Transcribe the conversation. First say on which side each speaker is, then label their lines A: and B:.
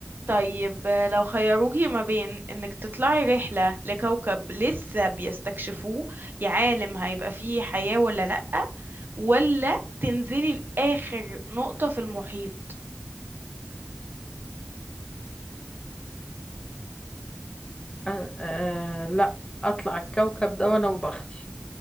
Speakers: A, on the right (about 55°); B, on the left (about 20°).
A: طيب آه، لو خيروكي ما بين انك تطلعي رحلة لكوكب لسه بيستكشفوه يا عالم هيبقى فيه حياة ولا لأ ولا تنزلي لآخر نقطة في المحيط
B: آه آه لا اطلع الكوكب ده وانا وبختي